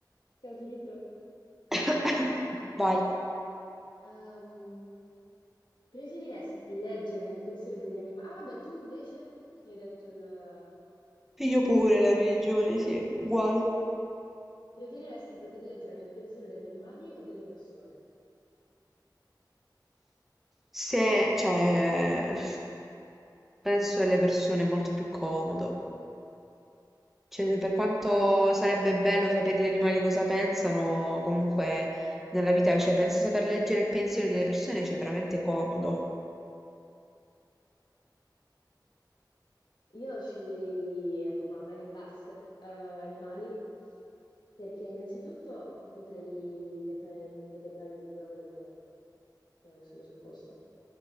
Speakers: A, on the left; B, in the centre.
A: capito.
B: <laughs> Vai.
A: Ehm, preferiresti leggere nel pensiero degli animali? Ah, vabbè, tu invece sei detto il... Ah,
B: Io pure la religione, sì, uguale.
A: ok. Preferiresti poter leggere nel pensiero degli animali o delle persone?
B: Se, cioè, penso alle persone è molto più comodo. Cioè, per quanto sarebbe bello sapere gli animali cosa pensano, comunque nella vita, cioè, penso saper leggere il pensiero delle persone, c'è veramente comodo.
A: Io sceglierei eh, proprio a mani basse eh, animali perché innanzitutto potrei diventare il veterinario più bravo del mondo, da questo presupposto.